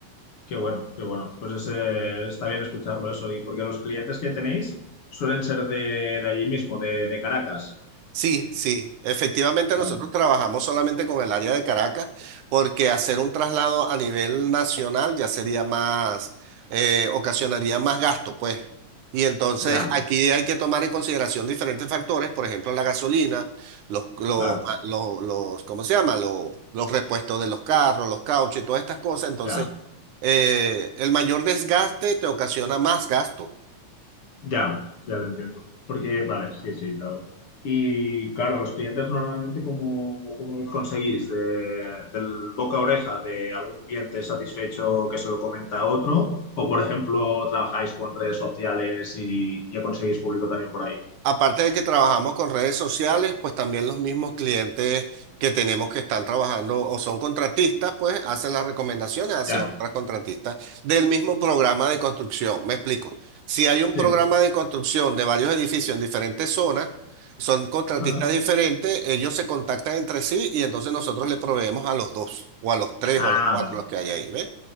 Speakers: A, on the left (about 50°); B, on the right (about 70°).
A: Qué bueno, qué bueno. Pues ese- está bien escucharlo eso. Y porque los clientes que tenéis suelen ser de, de allí mismo, de, de Caracas.
B: Sí, sí, efectivamente
A: Claro.
B: nosotros trabajamos solamente con el área de Caracas porque hacer un traslado a nivel nacional ya sería más, eh, ocasionaría más gasto, pues. Y entonces
A: Ya,
B: aquí hay que tomar en consideración diferentes factores, por ejemplo, la gasolina, los, los,
A: claro,
B: los, los- ¿cómo se llama? Los, los repuestos de los carros, los cauchos y todas estas cosas. Entonces,
A: ya.
B: eh, el mayor desgaste te ocasiona más gasto.
A: Ya, ya lo entiendo. Porque, vale, sí, sí, claro. Y claro, los clientes normalmente, ¿cómo, cómo los conseguís? De, ¿Del boca a oreja de algún cliente satisfecho que se lo comenta a otro? ¿O, por ejemplo, trabajáis con redes sociales y, y conseguís público también por ahí?
B: Aparte de que trabajamos con redes sociales, pues también los mismos clientes que tenemos que están trabajando o son contratistas, pues hacen las recomendaciones hacia
A: Ya,
B: otras contratistas del mismo programa de construcción. Me explico. Si hay un
A: sí.
B: programa de construcción de varios edificios en diferentes zonas, son contratistas
A: Ajá.
B: diferentes, ellos se contactan entre sí y entonces nosotros le proveemos a los dos, o a los tres,
A: Ah,
B: o a los cuatro,
A: vale.
B: los que hay ahí, ¿ves?